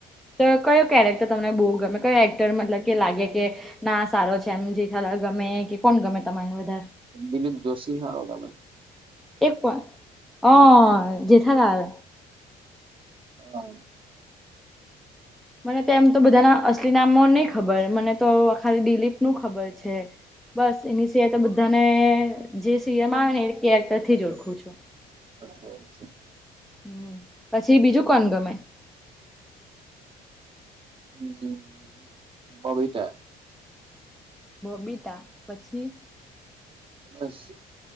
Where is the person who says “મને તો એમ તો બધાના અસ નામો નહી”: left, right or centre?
Centre